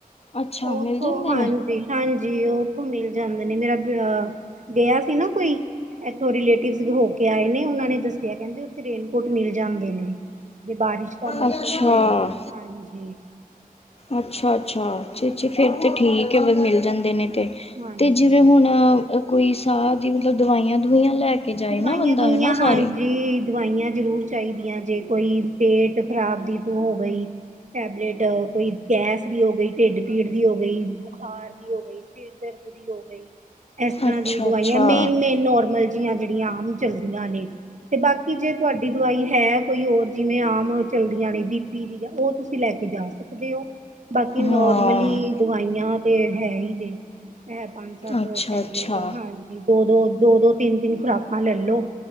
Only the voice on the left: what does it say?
ਅੱਛਾ।
ਮਿਲ
ਜਾਂਦੇ
ਨੇ?
ਅੱਛਾ
ਅੱਛਾ-ਅੱਛਾ, ਛ-ਛ ਫਿਰ ਤੇ ਠੀਕ ਏ, ਬ ਮਿਲ ਜਾਂਦੇ ਨੇ।
ਤੇ ਜਿਵੇਂ ਹੁਣ, ਕੋਈ ਸਾਂਹ ਦੀ ਮਤਲਬ ਦਵਾਈਆਂ-ਦੁਵਾਈਆਂ ਲੈ ਕੇ ਜਾਏ
ਨਾ ਬੰਦਾ ਹਨਾ ਸਾਰੀ।
ਅੱਛਾ-ਅੱਛਾ,
ਹਾਂ,
ਅੱਛਾ-ਅੱਛਾ।